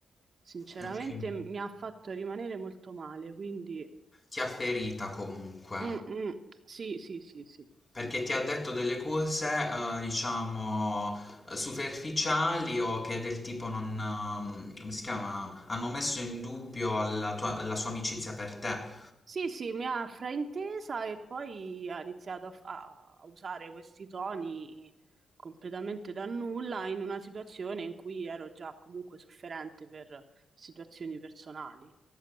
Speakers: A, on the right; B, on the left.
A: sinceramente
B: ok.
A: mi ha fatto rimanere molto male, quindi
B: Ti ha ferita comunque.
A: mm, mm, sì, sì, sì, sì.
B: Perché ti ha detto delle cose, eh, diciamo, eh, superficiali o che del tipo non, ehm, come si chiama, hanno messo in dubbio la tua- la sua amicizia per te.
A: Sì, sì, mi ha fraintesa e poi ha iniziato a, f- a- a usare questi toni completamente da nulla in una situazione in cui ero già comunque sofferente per situazioni personali.